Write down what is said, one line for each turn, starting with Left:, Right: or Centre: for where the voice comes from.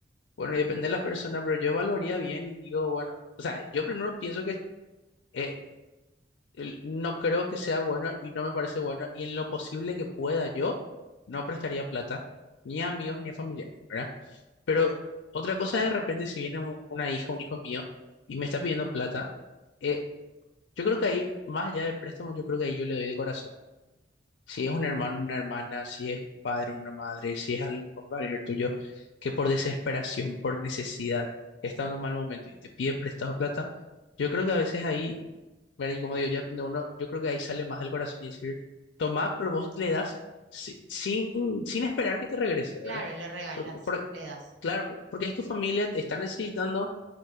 Left: bueno, y depende de la persona, pero yo evaluaría bien y digo, bueno, o sea, yo primero pienso que eh, el- no creo que sea bueno y no me parece bueno, y en lo posible que pueda yo, no prestaría plata, ni a amigos ni a familiares, ¿verdad? Pero otra cosa es de repente si viene un- una hija, un hijo mío, y me está pidiendo plata. eh, Yo creo que ahí, más allá de préstamos, yo creo que ahí yo le doy de corazón. Si es un hermano, una hermana, si es un padre, una madre, si es algún compañero tuyo que por desesperación, por necesidad, está en un mal momento y te pide prestado plata, yo creo que a veces ahí, ¿verdad? Y como digo, ya depende de uno, yo creo que ahí sale más del corazón y decir, tomá, pero vos le das si- sin, sin esperar que te regrese, ¿verdad?
Right: Claro, le regalas,
Left: Porque, porque-
Right: le das.
Left: claro, porque es tu familia, te está necesitando.